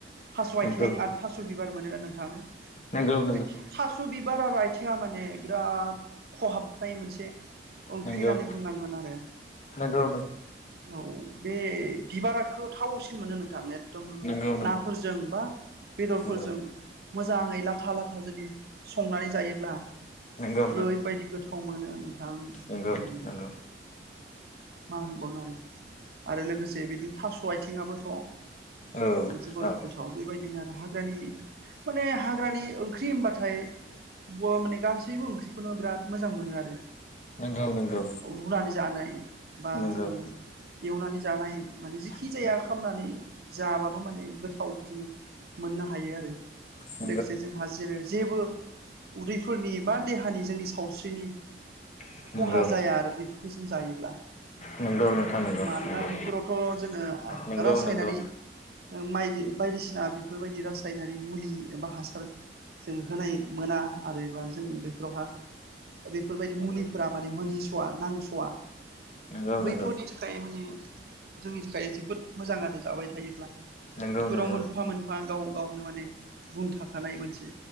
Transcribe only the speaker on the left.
नंगौ
नंगौ नंगौ
नंगौ
नंगौ नंगौ
नंगौ नंगौ
नंगौ
नंगौ
नंगौ
नंगौ
औ
औ
नंगौ नंगौ
नंगौ
नंगौ
नंगौ
नंगौ
नंगौ
नंगौ नोंथां नंगौ
नंगौ
नंगौ
नंगौ
नंगौ
नंगौ
नंगौ
नंगौ
नंगौ